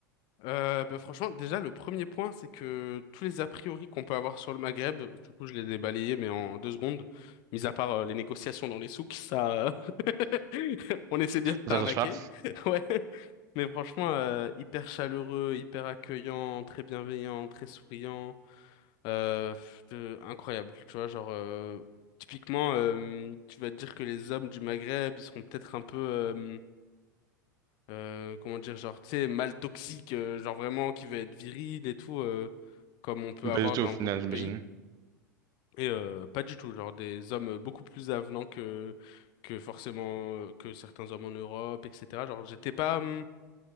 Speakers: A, on the left (about 45°); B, on the right (about 35°).
A: Euh, bah, franchement, déjà, le premier point, c'est que tous les a priori qu'on peut avoir sur le Maghreb, du coup, je les ai balayés, mais en deux secondes, mis à part euh, les négociations dans les souks, ça, euh, <laughs> on essaie bien de t'arnaquer.
B: Ça change pas?
A: <laughs> Ouais. Mais franchement, euh, hyper chaleureux, hyper accueillant, très bienveillant, très souriant. Euh, pff, de- incroyable, tu vois, genre euh, typiquement, euh, tu vas te dire que les hommes du Maghreb, ils seront peut-être un peu, euh, euh, comment dire, genre, tu sais, mal toxique, euh, genre vraiment qui veut être viril et tout, euh, comme on peut avoir
B: Pas du tout
A: dans
B: au final,
A: beaucoup de
B: j'imagine.
A: pays. Et euh, pas du tout, genre des hommes beaucoup plus avenants que que forcément euh, que certains hommes en Europe, etc. Genre, j'étais pas, hum,